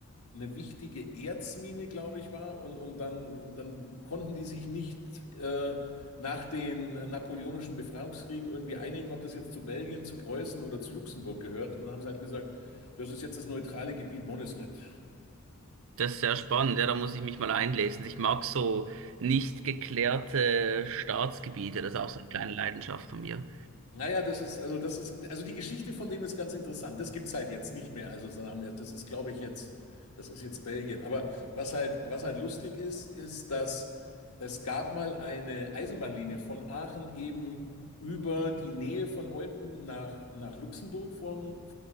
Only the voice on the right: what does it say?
Das ist sehr spannend, ja, da muss ich mich mal einlesen. Ich mag so nicht geklärte Staatsgebiete, das ist auch so eine kleine Leidenschaft von mir.